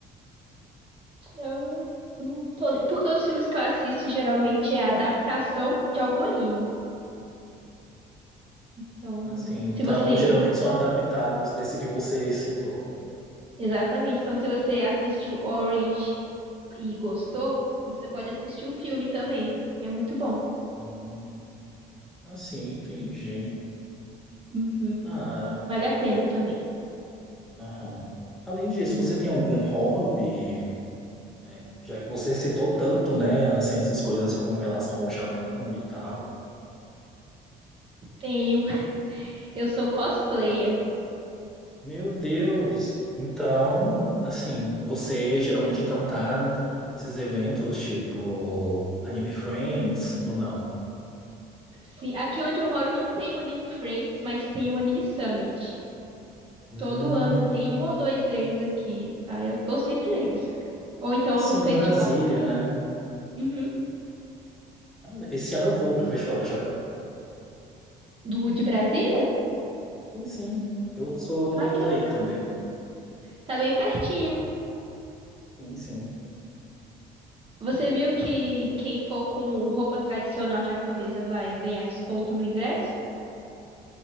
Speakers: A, on the right; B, in the centre.
A: Eu não, não tô lembrando. Porque os filmes que eu assisto geralmente é a adaptação de algum anime. Então,
B: Assim, então,
A: se você.
B: geralmente são adaptados desse que você citou.
A: Exatamente. Então, se você assistiu Orange e gostou, você pode assistir o filme também. É muito bom.
B: Hum, assim, entendi.
A: Uhum.
B: Ah,
A: Vale a pena também.
B: aham. Além disso, você tem algum hobby, né? Já que você citou tanto, né, assim, essas coisas com relação ao Japão e tal.
A: Tenho. <laughs> Eu sou cosplayer.
B: Meu Deus! Então, assim, você geralmente então tá nesses eventos tipo Anime Friends ou não?
A: Sim, aqui onde eu moro não tem o Anime Friends, mas tem o Anime Summit.
B: Hum,
A: Todo ano tem um ou dois deles aqui. Aí eu tô sempre neles. Ou então
B: Assim,
A: no festival
B: Brasília,
A: do, Ja-
B: né?
A: Uhum.
B: Ah, Esse ano eu vou para o Festival do Japão.
A: do de Brasília?
B: Sim, sim. Eu sou
A: Ai, que
B: daí
A: legal.
B: também.
A: Tá bem pertinho.
B: Sim, sim.
A: Você viu que quem for com roupa tradicional japonesa vai ganhar desconto no ingresso?